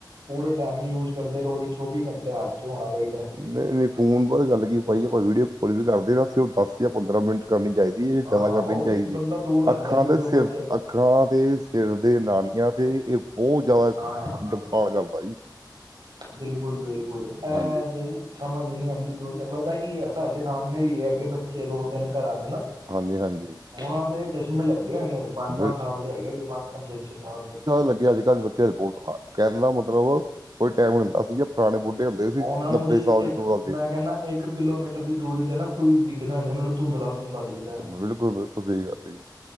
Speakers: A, on the right; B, on the right.
A: ਪੂਰੇ ਟਾਈਮ ਹੀ ਯੂਜ ਕਰਦੇ ਰੋਜ਼ ਹੀ ਚੌਵੀ ਘੰਟੇ ਹੱਥ ਚ ਹੋਣਾ ਚਾਹੀਦਾ।
B: ਨਈ-ਨਈ ਫੋਨ ਬੜਾ ਗੰਦਗੀ ਪਾਈ ਐ, ਪਰ ਵੀਡੀਓ ਕਰ ਦੇਣਾ ਸੀ। ਦਸ ਜਾਂ ਪੰਦਰਾਂ ਮਿੰਟ ਕਰਨੀ ਚਾਹੀਦੀ ਹੈ ਇਹ
A: ਹਾਂ
B: ਜ਼ਿਆਦਾ
A: ਉਹ
B: ਕਰਨੀ ਨੀ
A: ਵੀ
B: ਚਾਹੀਦੀ।
A: ਬੰਦਾ ਦੂਰ ਰੱਖਦਾ
B: ਅੱਖਾਂ
A: ਵੀਡੀਓ
B: ਤੇ ਸਿਰ
A: ਕਾਲ
B: ਅੱਖਾਂ ਦੇ ਸਿਰ ਦੇ ਨਾਣੀਆਂ ਤੇ ਇਹ ਬਹੁਤ ਜਿਆਦਾ
A: ਹਾਂ
B: ਨੁਕਸਾਨ ਕਰਦਾ ਜੀ।
A: ਬਿਲਕੁਲ ਬਿਲਕੁਲ ਐ
B: ਹਾਂਜੀ
A: ਤੇ ਸਮਝ ਨੀ ਆਉਂਦੀ ਦੋਨ ਪਤਾ ਕੀ ਆ, ਸਾਡੇ ਸਾਹਮਣੇ ਈ ਹੈਗੇ ਬੱਚੇ ਦੋ ਤਿੰਨ ਘਰਾਂ ਦੇ ਨਾ।
B: ਹਾਂਜੀ ਹਾਂਜੀ
A: ਉਹਨਾਂ ਦੇ ਚਸ਼ਮੇ ਲੱਗੇ ਹੋਏ ਨੇ ਪੰਜ- ਪੰਜ
B: ਬਿਲ
A: ਸਾਲ ਦੇ ਹੈਗੇ ਜੇ ਪੰਜ -ਪੰਜ ਛੇ -ਛੇ ਸਾਲ ਦੇ
B: ਲੱਗਿਆ ਅੱਜ-ਕੱਲ ਤੇ <unintelligible> ਖਾ ਕਹਿਣ ਦਾ ਮਤਲਬ ਕੋਈ ਟਾਈਮ ਹੁੰਦਾ ਸੀਗਾ। ਪੁਰਾਣੇ ਬੁੱਢੇ ਹੁੰਦੇ ਸੀ
A: ਉਹਨਾਂ ਨੂੰ
B: ਨੱਬੇ
A: ਜੀ
B: ਸਾਲ
A: ਇੱਕ
B: ਦੇ ਸੌ ਸਾਲ
A: ਮੈਂ
B: ਦੇ
A: ਕਹਿੰਦਾ ਇੱਕ ਕਿਲੋਮੀਟਰ ਦੀ ਦੂਰੀ ਤੇ ਨਾ ਕੋਈ ਦਿਖਦਾ ਨੀ ਉਹਨਾਂ ਨੂੰ ਧੁੰਦਲਾ -ਧੁੰਦਲਾ ਦਿਖਦਾ।
B: ਬਿਲਕੁਲ-ਬਿਲ ਓ ਸਈ‌ ਗੱਲ ਏ ਜੀ।